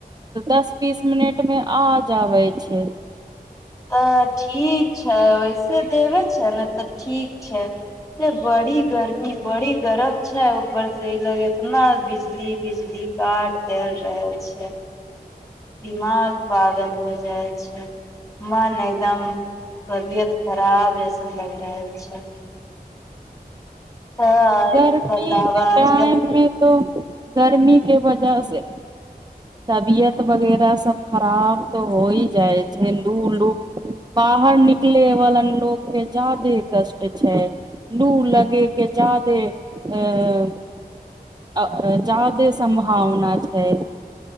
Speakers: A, on the right; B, on the left.
A: दस बीस मिनट मे आ जाबै छै
B: तऽ ठीक छै वैसे देबै छै ने तऽ ठीक छै से बड़ी गर्मी बड़ी गरम छै ऊपरसँ ई लग इतना बिजली बिजली काट देल रहै छै दिमाग पागल हो जाइ छै मन एकदम तबियत खराब जसन लगि रहल छै तऽ
A: गर्मी
B: बताब
A: के
B: आजकल
A: टाइम मे तो गर्मी के वजह से तबियत वगैरह सभ खराब तऽ होइ जाइ छै लू लू बाहर निकलयवला लोकके ज्यदे कष्ट छै लू लगयके ज्यदे जा्यदे सम्भावना छै